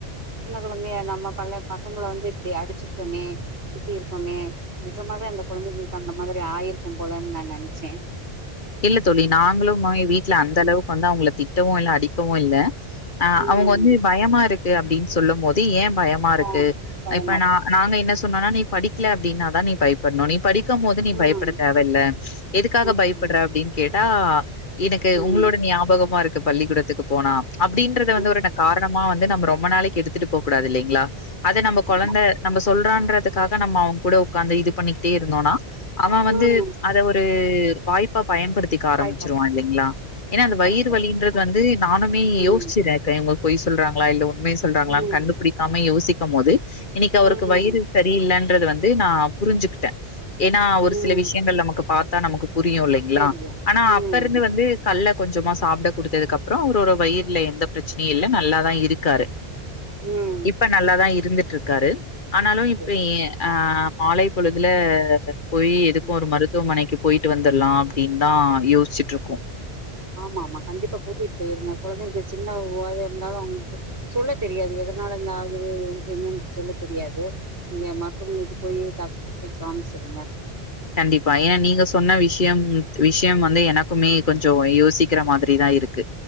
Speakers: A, on the right (about 85°); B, on the left (about 50°).
A: சின்ன கொழந்தய நம்ம பன்ல பசங்கள வந்து இப்டி அடிச்சிருக்கமே, திட்டீருக்கோமே நிசமாவே அந்த கொழந்தைகளுக்கு அந்த மாதிரி ஆயிருக்கு போலன் நா நெனைச்ச
B: இல்ல தோழி நாங்களும் அ வீட்ல அந்த அளவுக்கு வந்து அவுங்கள திட்டவு இல்ல அடிக்கவு இல்ல. ஆ
A: ம்.
B: அவுங்க வந்து பயமா இருக்கு அப்டீன் சொல்லும்போது ஏ பயமா இருக்கு
A: ஆ பயமா
B: இப்ப
A: இருக்கு
B: நா நாங்க என்ன சொன்னோனா நீ படிக்ல அப்டீன்னாதா நீ பய்ப்பட்னு நீ படிக்கம் போது நீ
A: ம்
B: பயப்பட தேவைல்ல எதுக்காக
A: ம்
B: பயப்பட்ற அப்டின் கேட்டா எனக்கு
A: ம்
B: உங்ளோட நியாபகமா இருக்கு பள்ளிக்கூடத்துக்கு போனா அப்டீன்றத வந்து
A: ம்
B: ஒருன்ன காரணமா வந் து நம்ம ரொம்ப நாளைக்கு எடுத்துட்டு போகூடாது இல்லேங்களா அத நம்ப
A: ஆமா
B: கொழந்த நம்ப சொல்றான்றதுக்காக நம்ம அவுங்கூட உக்காந்து இது பண்ணிக்கிட்டே இருந்தோனா அவ வந்து
A: ம்
B: அத ஒரு ரு வாய்ப்பாப் பயன்படுத்திக்க ஆரம்பிச்சிருவா
A: பாய் பாப்பட்
B: இல்லேங்ளா, ஏனா அந்த
A: கரெக்ட்டு
B: வயிறு வலீன்றது
A: கரெக்ட்டு தா
B: வந்து நானுமே
A: ம்
B: யோச்சுற இப்ப எங்கோ பொய் சொல்றாங்களா இல்ல உண்மய சொல்றாங்களான்
A: ம்
B: கண்டுபுடிக்காம யோசிக்கம் போது இன்னைக்கு அவருக்கு
A: ம்
B: வயிறு சரியில்லன்றது வந்து நா புரிஞ்சுக்குட்ட. ஏனா ஒரு
A: ம்
B: சில விஷயங்கள் நமக்கு பாத்தா நமக்கு புரியு இல்லேங்ளா
A: செரியா
B: ஆனா
A: ம்
B: அப்பருந்து வந்து கல்ல கொஞ்சமா சாப்ட குடுத்ததுக்கப்றோ அவரோட வயிறுல எந்த பிரச்சனையு இல்ல நல்லாதா இருக்காரு.
A: ம்
B: இப்ப நல்லாதா இருந்துட்டுருக்காரு ஆனாலு இப்ப
A: செரி
B: ஏ ஆ மாலை பொழுதுல போய் எதுக்கு
A: ம்
B: ஒரு மருத்துவமனைக்குப் ட்டு வந்தர்லா அப்டீன்தா யோச்சுட்டு இருக்கோ.
A: ஆமா ஆமா கண்டிப்பா கூட்டிட் போயிருங்க கொழந்தைங்ளுக்கு சின்ன உவாத இருந்தாலு அவுங்ளுங்கு சொல்ல தெரியாது ஏது எதனால என்ன ஆகுது என்னன் சொல்ல தெரியாது. நீங்க மருத்துவமனைக்கு போய் டாக் <inaudible> போய் காம்ச்சுருங்க.
B: கண்டிப்பா ஏனா நீங்க சொன்ன விஷ்யம் விஷ்யம் வந்து எனக்குமே கொஞ்சோ யோசிக்கிற மாதிரிதா இருக்கு